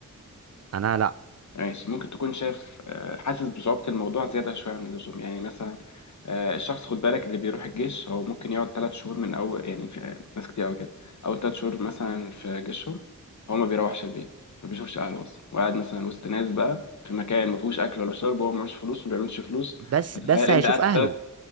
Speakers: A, on the right; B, on the left.
A: انا لا
B: ماشي ممكن تكون شاف آه، حاسس بصعوبة الموضوع زيادة شوية عن اللزوم يعني مثلا آه، الشخص خد بالك اللي بيروح الجيش هو ممكن يقعد ثلاث شهور من أول يعني في آه، ناس كتير أوي كده أول ثلاث شهور مثلا في جيشهم هو ما بيروحش البيت ما بيشوفش أهله أصلا وقاعد مثلا وسط ناس بقى في مكان ما فيهوش أكل ولا شرب وهو معهوش فلوس ما بيعملش فلوس
A: بس
B: فتخيل
A: بس هيشوف
B: أنت قاعد
A: اهله
B: ثلاث